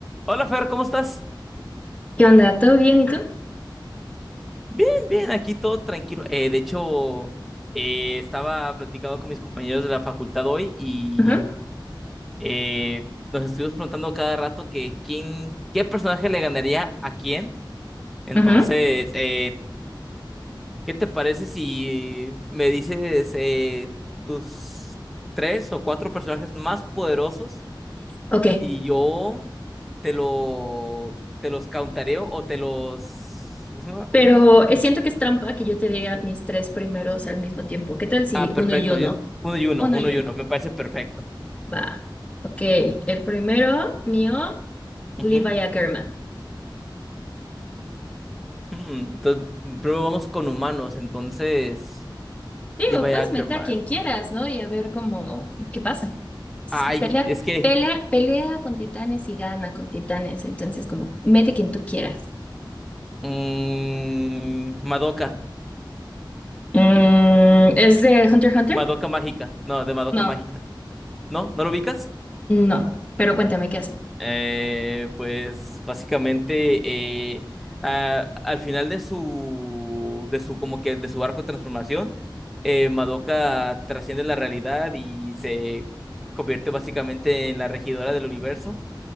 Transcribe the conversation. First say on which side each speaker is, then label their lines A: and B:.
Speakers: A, in the centre; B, on the left (about 15°).
A: Hola Fer, ¿cómo estás?
B: ¿Qué onda? ¿Todo bien? ¿Y tú?
A: Bien, bien, aquí todo tranquilo. Eh, de hecho, eh, estaba platicando con mis compañeros de la facultad hoy y
B: Ujú,
A: eh, nos estuvimos preguntando cada rato que quién, qué personaje le ganaría a quién. Entonces,
B: ujú.
A: eh, ¿qué te parece si me dices eh, tus tres o cuatro personajes más poderosos
B: Ok,
A: y yo te lo, te los countareo o te los, ¿cómo se llama?
B: pero eh, siento que es trampa que yo te diga mis tres primeros al mismo tiempo. ¿Qué tal si
A: Ah, perfecto.
B: uno y uno?
A: yo- uno y uno,
B: Uno
A: uno
B: y
A: y
B: uno.
A: uno. Me parece perfecto.
B: Va. Ok, el primero mío, Levi
A: Ujú.
B: Ackerman.
A: Mm, Entonces, primero vamos con humanos. Entonces,
B: Digo,
A: Levi
B: pues
A: Ackerman.
B: meta a quien quieras, ¿no? Y a ver cómo, qué pasa. S-
A: Ay,
B: Pelea,
A: es que.
B: pelea, pelea con titanes y gana con titanes. Entonces, como, mete quien tú quieras.
A: mm, Madoka.
B: Mm, ¿es de Hunter x Hunter?
A: Madoka Mágica. No, de Madoka
B: No.
A: Mágica. ¿No? ¿No lo ubicas?
B: No, pero cuéntame qué hace.
A: Eh, pues básicamente eh, a- al final de su de su como que de su arco de transformación eh, Madoka trasciende la realidad y se convierte básicamente en la regidora del universo